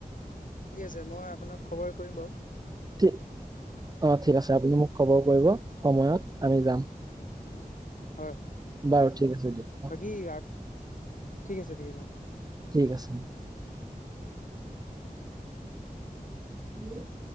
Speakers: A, on the left; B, on the right.
A: ঠিক আছে মই আপোনাক খবৰ কৰিম বাৰু
B: ঠি অঁ ঠিক আছে আপুনি মোক খবৰ কৰিব সময়ত আমি যাম
A: অ হয়
B: বাৰু ঠিক আছে দিয়ক
A: বাকী
B: অ
A: আক ঠিক আছে ঠিক আছে অঁ
B: ঠিক আছে <unintelligible>